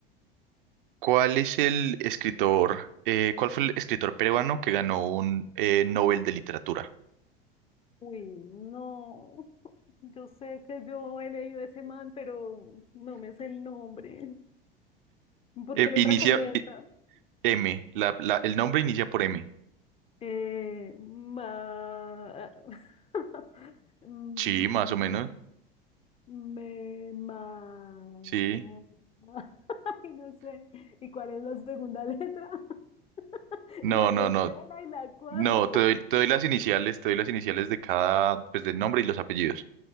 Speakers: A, on the right; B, on the left.
A: ¿Cuál es el escritor, eh, cuál fue el escritor peruano que ganó un eh, Nobel de Literatura?
B: Uy, no. <laughs> Yo sé que yo he leído ese man, pero no me sé el nombre. ¿Por
A: Eh,
B: qué letra
A: inicia
B: comienza?
A: eh, M, la- la- el nombre inicia por M.
B: Eh, ma... <laughs> Mm,
A: Sí, más o menos.
B: Me ma...
A: Sí.
B: <laughs> Ay, no sé. ¿Y cuál es la segunda letra? <laughs>
A: No,
B: Y la
A: no,
B: tercera
A: no.
B: y la cuarta.
A: No, te doy, te doy las iniciales, te doy las iniciales de cada, pues del nombre y los apellidos.